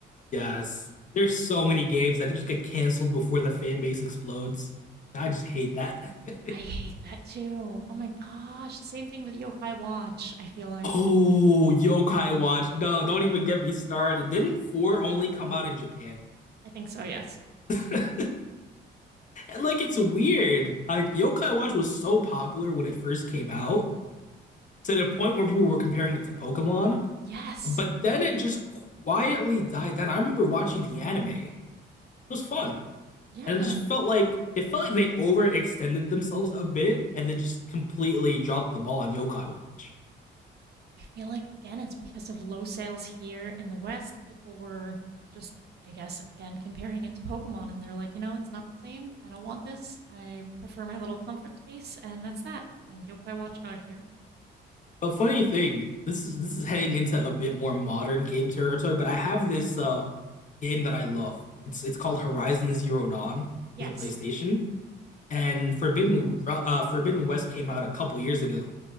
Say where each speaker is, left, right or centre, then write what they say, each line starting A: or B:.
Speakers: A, on the left; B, on the right.
A: Yes. There's so many games that just get canceled before the fan base explodes. I just hate that. <laughs>
B: I hate that too. Oh my gosh. The same thing with Yokai Watch, I feel like.
A: Oh, Yokai Watch. No, don't even get me started. Didn't 4 only come out in Japan?
B: I think so, yes.
A: <laughs> And like it's weird. Like Yokai Watch was so popular when it first came out to the point where people were comparing it to Pokemon,
B: Yes.
A: but then it just quietly died down. I remember watching the anime. It was fun.
B: Yeah.
A: and it just felt like it felt like they overextended themselves a bit and then just completely dropped the ball on Yokai Watch.
B: I feel like again it's because of low sales here in the West. People were just, I guess, again comparing it to Pokemon, and they're like, you know, it's not the same. I don't want this. I prefer my little comfort space, and that's that. And Yokai Watchdog here.
A: But funny thing, this is this is heading into a bit more modern game territory, but I have this uh game that I love. It's it's called Horizon Zero Dawn
B: Yes.
A: for the PlayStation, and Forbidden uh, Forbidden West came out a couple years ago.